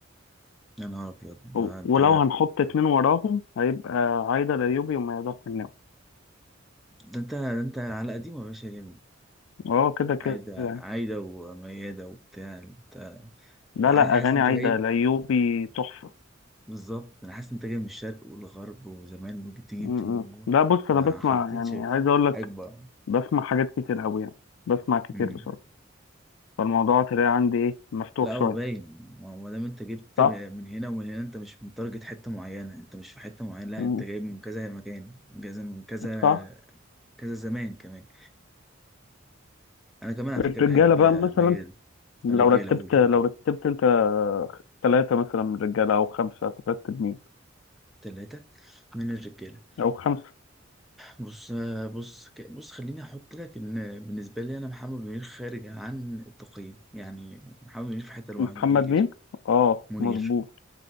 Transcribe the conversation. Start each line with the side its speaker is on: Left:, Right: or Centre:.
Centre: يا نهار ابيض ده
Left: و-
Centre: انت
Left: ولو هنحط اتنين وراهم هيبقى عايدة الأيوبي وما يقدرش النوم
Centre: ده انت ده انت على قديمه يا باشا جامد
Left: اه كده كده
Centre: عايده
Left: يعني
Centre: عايده ومياده وبتاع انت
Left: لا
Centre: عايز
Left: لا
Centre: حاسس
Left: أغاني
Centre: ان انت
Left: عايدة
Centre: جايب
Left: الأيوبي تحفة
Centre: بالظبط انا حاسس انت جاي من الشرق والغرب وزمان وجديد
Left: م-
Centre: وما
Left: م. لا بص أنا بسمع
Centre: حطيتش
Left: يعني
Centre: في
Left: عايز أقول لك
Centre: حقبه
Left: بسمع حاجات كتير أوي يعني بسمع كتير
Centre: امم
Left: بصراحة فالموضوع تلاقي عندي إيه مفتوح
Centre: لا هو
Left: شوية
Centre: باين ما هو دام انت جبت
Left: صح؟
Centre: من هنا ومن هنا انت مش متارجت حته معينه انت مش في حته معينه لا
Left: م.
Centre: انت جايب من كذا مكان من كذا من كذا
Left: صح
Centre: كذا زمان كمان انا كمان على
Left: الرجالة
Centre: فكره بحب
Left: بقى مثلا
Centre: ميال
Left: لو
Centre: الرجاله
Left: رتبت
Centre: اقول الرجاله
Left: لو رتبت انت ثلاثة مثلا من الرجالة او خمسة هترتب مين
Centre: ثلاثه من الرجاله
Left: او خمسة
Centre: بص آه، بص ك- بص خليني احط لك ان بالنسبه لي انا محمد منير خارج عن التقييم يعني محمد منير في حته لوحده
Left: محمد
Centre: كده كده
Left: مين اه
Centre: منير
Left: مظبوط